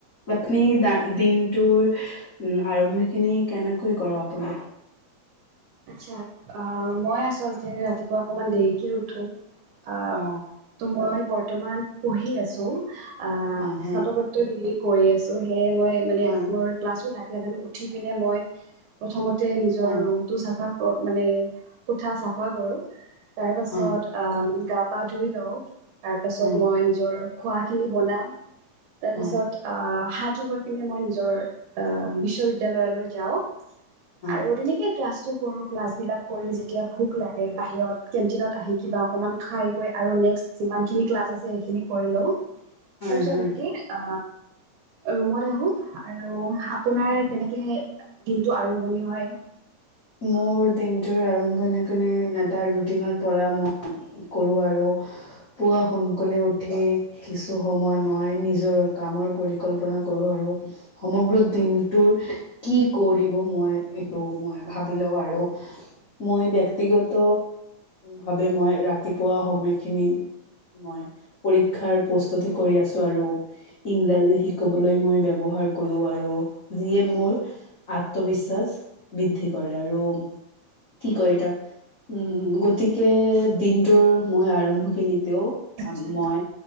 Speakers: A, on the left; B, on the right.
A: আপুনি দা দিনটোৰ আৰম্ভ খিনি কেনেকৈ কৰ আপুনি
B: আচ্ছা অ মই আচলতে ৰাতিপুৱা অকনমান দেৰিকে উঠো। আহ
A: অ
B: ত মই বৰ্তমান পঢ়ি আছো। আঁহ
A: অ হয়
B: স্নাতকোত্তৰ ডিগ্ৰী কৰি আছো সেয়ে মই মানে
A: হয়
B: মোৰ ক্লাছো থাকে। উঠি পিনে মই প্ৰথমতে নিজৰ
A: হয়
B: ৰুম। ফা কৰঁ মানে কোঠা চাফা কৰোঁ তাৰপাছত
A: হয়
B: আ ম। গা পা ধুই লওঁ তাৰপাছত
A: হয়
B: মই নিজৰ খোৱাখিনি বনাওঁ তাৰপিছত
A: হয়
B: আঁ। হৈ পিনে মই নিজৰ আহ বিশ্ববিদ্যালয়লৈ যাওঁ
A: হয়
B: আৰু তেনেকে। ক্লাচ টো কৰো ক্লাছবিলাক কৰি যেতিয়া ভোক লাগে বাহিৰত কেণ্টিনত আহি কিবা অকণমান খাই গৈ আৰু নেক্সট যিমানখিনি ক্লাছ আছে সেইখিন কৰি লও তাৰপিছত
A: হয় হয়।
B: হেনেকেই আ ৰুমত আহো আৰু আপোনাৰ কেনেকে হে দিনটো আৰম্ভণি হয়।
A: মোৰ দিনটোৰ আৰম্ভণিনে এটা ৰুটিনৰ পৰা ম কৰো আৰু পুৱা সোনকালে উঠি কিছু সময় মই নিজৰ কা কামৰ পৰিকল্পনা কৰো আৰু সমগ্ৰ দিনটোৰ কি কৰিব মই সেইটো মই ভাবি লওঁ আৰু মই ব্যক্তিগত ভাবে মই ৰাতিপুৱা সময়খিনি মই পৰীক্ষাৰ প্ৰস্তুতি কৰি আছো আৰু ইংৰাজী শিকবলৈ মই ব্যাৱহাৰ হয় কৰো আৰু যিয়ে মোৰ আত্মবিশ্বাস বৃদ্ধি। কৰে আৰু কি কয় তাক উম গতিকে দিনটোৰ মই আৰম্ভ খিনিতেও
B: আচ্ছা
A: মই